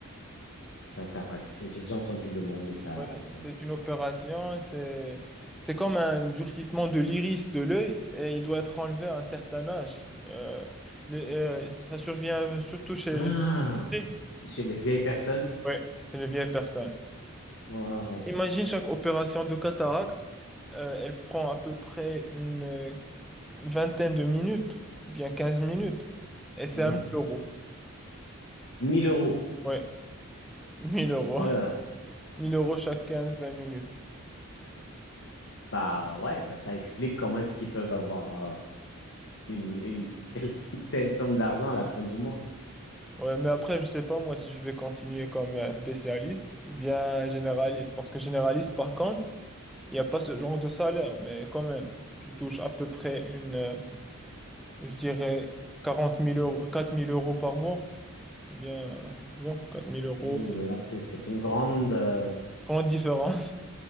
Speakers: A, on the left (about 55°); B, in the centre.
A: cataracte. J'ai déjà entendu le mot, mais ça,
B: Ouais,
A: ça...
B: c'est une opération, c'est c'est comme un durcissement de l'iris de l'œil et il doit être enlevé à un certain âge. Euh, le- euh, ça survient surtout chez
A: Ah,
B: les filles.
A: c'est chez les vieilles personnes.
B: Ouais, c'est les vieilles personnes.
A: Ouais.
B: Imagine chaque opération de cataracte, euh, elle prend à peu près une euh, vingtaine de minutes, ou bien 15 minutes, et c'est
A: Mhm.
B: à 1000 euros.
A: 1000 euros.
B: Ouais, mille euros.
A: Oh là là.
B: <laughs> mille euros chaque quinze vingt minutes.
A: Bah ouais, bah, ça explique comment est-ce qu'ils peuvent avoir euh, une, une telle, <laughs> telle somme d'argent à la fin du mois.
B: Ouais, mais après, je sais pas moi si je vais continuer comme euh, spécialiste ou bien généraliste. Parce que généraliste, par contre, il n'y a pas ce genre de salaire. Mais quand même, tu touches à peu près une, euh, je dirais, quarante mille euros, quatre mille euros par mois. Ou bien, euh, tu vois, quatre mille euros.
A: Mhm, Là, c'est c'est une grande... euh,
B: Grande différence.